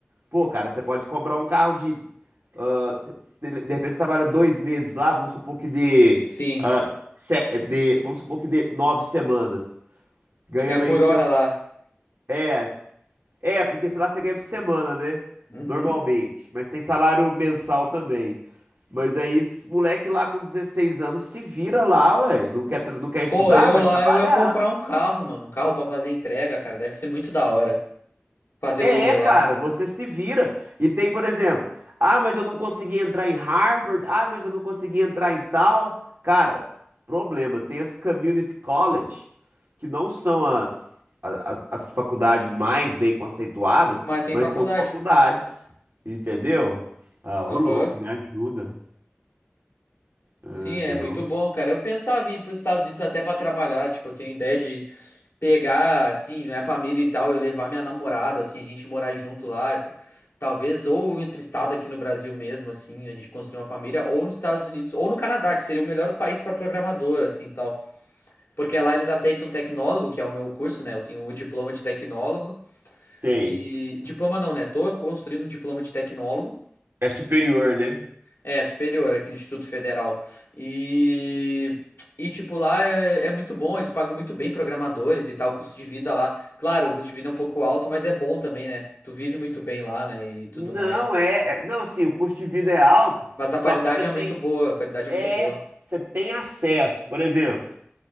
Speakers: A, on the right (about 75°); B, on the left (about 80°).
A: Pô, cara, você pode comprar um carro de. ah, você- de de repente você trabalha dois meses lá, vamos supor que dê.
B: Sim.
A: ah, se- dê- vamos supor que dê nove semanas. Ganhando
B: Tu ganha
A: aí
B: por
A: seu.
B: hora lá.
A: É, é, porque sei lá você ganha por semana, né?
B: Uhum.
A: Normalmente. Mas tem salário mensal também. Mas aí, esse moleque lá com 16 anos se vira lá, ué. Não quer, tra- não quer estudar?
B: Pô, eu
A: Vai
B: lá,
A: trabalhar.
B: eu ia comprar um carro, mano. Um carro pra fazer entrega, cara. Deve ser muito da hora fazer
A: É,
B: o Uber
A: cara,
B: lá.
A: você se vira. E tem, por exemplo, ah, mas eu não consegui entrar em Harvard, ah, mas eu não consegui entrar em tal. Cara, problema, tem as community college, que não são as, a- as, as faculdades mais bem conceituadas,
B: Mas tem
A: mas
B: faculdade.
A: são faculdades, entendeu? Ah, ô
B: Aham.
A: louco, me ajuda. Ah,
B: Sim, é
A: não.
B: muito bom, cara. Eu pensava em ir para os Estados Unidos até para trabalhar. Tipo, eu tenho ideia de pegar, assim, minha família e tal, eu levar minha namorada, assim, a gente morar junto lá. e p- Talvez, ou entre estado aqui no Brasil mesmo, assim, a gente construir uma família, ou nos Estados Unidos, ou no Canadá, que seria o melhor país para programador, assim, tal. Porque lá eles aceitam tecnólogo, que é o meu curso, né? Eu tenho o diploma de tecnólogo.
A: Tem.
B: E. Diploma não, né? Tô construindo um diploma de tecnólogo.
A: É superior, né?
B: É, superior aqui no Instituto Federal. E, e tipo, lá é, é muito bom, eles pagam muito bem programadores e tal, o custo de vida lá. Claro, o custo de vida é um pouco alto, mas é bom também, né? Tu vive muito bem lá, né? E tudo
A: Não
B: mais.
A: é, é- não assim, o custo de vida é alto,
B: Mas a
A: só
B: qualidade
A: que você tem
B: é muito boa, a qualidade é
A: é,
B: muito boa.
A: você tem acesso. Por exemplo,